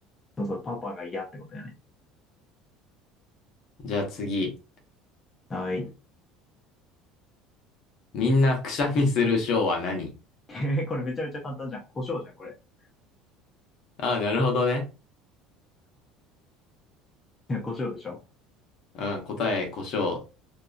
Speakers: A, on the left; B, on the left.
A: そうそう、パパが嫌ってことやね。
B: じゃあ次。
A: はい。
B: みんなくしゃみするショーは何
A: <laughs> これめちゃめちゃ簡単じゃん。胡椒じゃん、これ。<laughs> い
B: ああ、<laughs> なるほどね。
A: や、胡椒でしょ
B: うん、答え、胡椒。